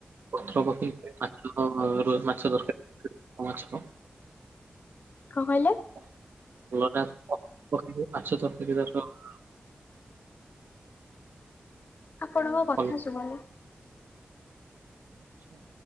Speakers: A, on the right; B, on the left.
A: ପ ପ ମାଛ ର ମାଛ ତରକାରୀ ମାଛ
B: କହିଲେ
A: ଟ ମାଛ ତରକାରି ର
B: ଆପଣଙ୍କ କଥା
A: ଭଲ।
B: ଶୁଭୁନି।
A: ଆଚ୍ଛା।